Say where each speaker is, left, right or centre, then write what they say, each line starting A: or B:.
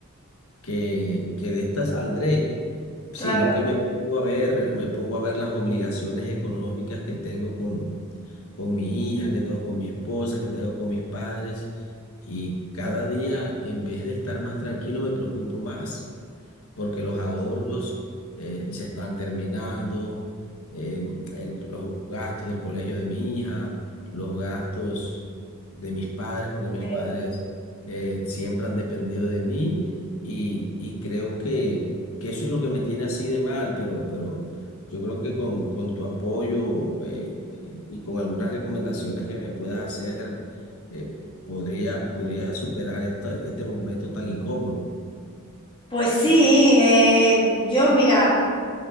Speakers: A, on the left; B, on the left.
A: que, que de esta saldré, sino
B: claro.
A: que me pongo a ver, me pongo a ver las obligaciones económicas que tengo con, con mi hija, que tengo con mi esposa, que tengo con mis padres, y cada día, en vez de estar más tranquilo, me preocupo más porque los ahorros eh, se están terminando, eh, el- los gastos del colegio de mi hija, los gastos de mis padres, porque mis
B: eh,
A: padres eh, siempre han dependido de mí y, y creo que, que eso es lo que me tiene así de mal, pero, pero yo creo que con, con tu apoyo eh, eh, y con algunas recomendaciones que me puedas hacer, eh, podría, podría superar esta, este momento tan incómodo.
B: pues sí, eh, yo mira.